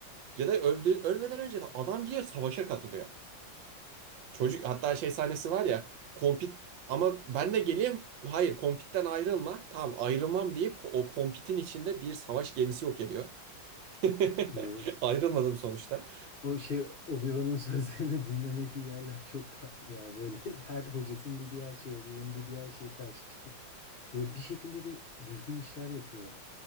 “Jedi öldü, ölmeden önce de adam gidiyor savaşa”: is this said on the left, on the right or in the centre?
Right